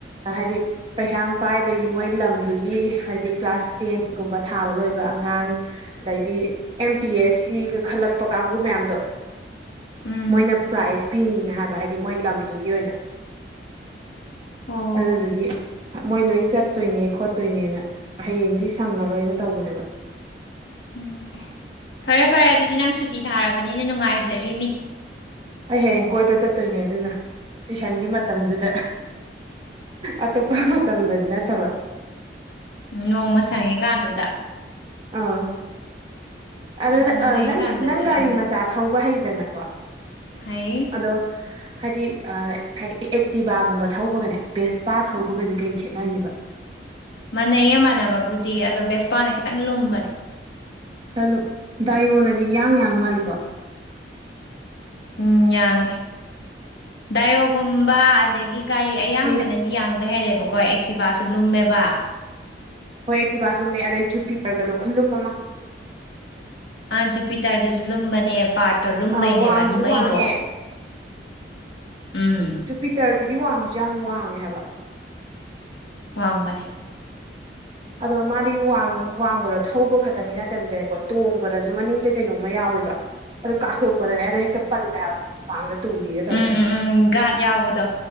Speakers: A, on the right; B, on the left.
A: ꯍꯥꯏꯗꯤ ꯄꯩꯁꯥ ꯑꯃ ꯄꯥꯏꯕꯒꯤ ꯃꯣꯏ ꯂꯝꯗꯨꯒꯤ ꯍꯥꯏꯗꯤ ꯀ꯭ꯂꯥꯁ ꯇꯦꯟꯒꯨꯝꯕ ꯊꯥꯕ ꯂꯣꯏꯕ ꯑꯉꯥꯡ ꯑꯗꯩꯗꯤ ꯑꯦꯝ ꯄꯤ ꯑꯦꯁ ꯁꯤꯒ ꯈꯜꯂꯛꯄ ꯀꯥꯡꯕꯨꯨ ꯃꯌꯥꯝꯗꯣ
B: ꯎꯝ
A: ꯃꯣꯏꯅ ꯄ꯭ꯔꯥꯏꯖ ꯄꯤꯅꯤꯅ ꯍꯥꯏꯕ ꯍꯥꯏꯗꯤ ꯃꯣꯏ ꯂꯝꯗꯨꯒꯤ ꯑꯣꯏꯅ
B: ꯑꯣ
A: ꯑꯗꯨꯒꯤ ꯃꯣꯏ ꯂꯣꯏ ꯆꯠ ꯈꯣꯠꯇꯣꯏꯅꯦ ꯈꯣꯠꯇꯣꯏꯅꯦꯅ ꯍꯌꯦꯡꯗꯤ ꯁꯪꯉꯔꯣꯏꯅ ꯇꯧꯕꯅꯦꯕ
B: ꯎꯝ ꯐꯔꯦ ꯐꯔꯦ ꯑꯗꯨꯗꯤ ꯅꯪ ꯁꯨꯇꯤ ꯊꯥꯔꯕꯅꯤꯅ ꯅꯨꯡꯉꯥꯏꯖꯔꯤꯅꯤ
A: ꯑꯩ ꯍꯌꯦꯡ ꯀꯣꯏꯕ ꯆꯠꯇꯣꯏꯅꯦ ꯑꯗꯨꯅ ꯇꯨꯏꯁꯟꯒꯤ ꯃꯇꯝꯗꯨꯗ ꯑꯇꯣꯞꯄ ꯃꯇꯝꯗꯗꯤ ꯅꯠꯇꯕ
B: ꯎ ꯅꯣꯡꯃ ꯁꯪꯉꯤ ꯀꯥꯟꯗꯨꯗ
A: ꯑꯥ ꯑꯗꯣ
B: ꯅꯣꯡꯃ ꯁꯪꯉꯤꯀꯥꯟꯗ
A: ꯅꯪ ꯅꯪ
B: ꯆꯠꯍꯧꯗꯣꯏꯕ
A: ꯒꯥꯔꯤ ꯃꯆꯥ ꯊꯧꯕ ꯍꯩꯗꯅꯀꯣ
B: ꯍꯩ
A: ꯑꯗꯣ ꯍꯥꯏꯗꯤ ꯍꯥꯏꯗꯤ ꯑꯦꯛꯇꯤꯚꯒꯨꯝꯕ ꯊꯧꯕꯒꯅꯦ ꯕꯦꯁꯄꯥ ꯊꯧꯕꯒꯁꯦ
B: ꯎꯝ
A: ꯀꯩ ꯈꯦꯠꯅꯈꯤꯕ
B: ꯃꯥꯟꯅꯩꯌꯦꯃꯥꯟꯅꯕꯕꯨꯗꯤ ꯑꯗꯣ ꯕꯦꯁꯄꯥꯅ ꯈꯤꯇꯪ ꯂꯨꯝꯕꯅꯦ
A: ꯈꯔ ꯂꯨ ꯗꯥꯏꯌꯣꯟꯅꯗꯤ ꯌꯥꯡ ꯌꯥꯡ ꯃꯥꯜꯂꯦꯀꯣ
B: ꯎꯝ ꯌꯥꯡꯉꯦ ꯗꯥꯏꯌꯑꯣꯒꯨꯝꯕ ꯑꯗꯒꯤ ꯒꯥꯔꯤ ꯑꯌꯥꯡꯕꯅꯗꯤ
A: ꯃꯤ
B: ꯌꯥꯡꯕ ꯍꯦꯜꯂꯦꯕꯀꯣ ꯑꯦꯛꯇꯤꯚꯁꯨ ꯂꯨꯝꯃꯦꯕ
A: ꯍꯣꯏ ꯑꯩ ꯇꯤꯕꯥ ꯂꯨꯝꯃꯦ ꯑꯗꯩ ꯖꯨꯄꯤ ꯇꯔꯒꯗꯣ ꯈꯨꯜꯂꯨꯝ ꯑꯃ
B: ꯑ ꯖꯨꯄꯤꯇꯔꯗꯨꯁꯨ ꯂꯨꯝꯕꯅꯦ ꯄꯥꯔꯠ ꯇꯣ ꯂꯨꯝꯕꯩꯅꯦꯕ
A: ꯑ ꯋꯥꯡꯁꯨ
B: ꯂꯨꯝꯃꯛꯩꯗꯣ
A: ꯋꯥꯡꯉꯦ
B: ꯎꯝ
A: ꯨ ꯄꯤꯇꯔꯗꯨꯗꯤ ꯋꯥꯡꯁꯨ ꯌꯥꯝ ꯋꯥꯡꯉꯦ ꯍꯥꯏꯕ
B: ꯋꯥꯡꯕꯅꯦ
A: ꯑꯗꯣ ꯃꯥꯗꯤ ꯋꯥꯡꯕꯔꯣ ꯊꯧꯕ ꯈꯛꯇꯪꯒꯤ ꯅꯠꯇꯕꯤꯗꯏꯦꯀꯣ ꯇꯣꯡꯕꯗꯁꯨ ꯃꯅꯤꯡꯗ ꯀꯩꯅꯣꯝꯃ ꯌꯥꯎꯋꯕ ꯑꯗꯨ ꯀꯥꯊꯣꯛꯄꯗꯅꯦ ꯑꯗ ꯍꯦꯛꯇ ꯄꯜꯂꯦꯕ ꯃꯤ ꯃꯃꯥꯡꯗ ꯇꯨꯒꯦꯒ
B: ꯎꯝ
A: ꯇꯧꯋꯦ
B: ꯎꯝ ꯎꯝ ꯒꯥꯥꯗ ꯌꯥꯎꯕꯗꯣ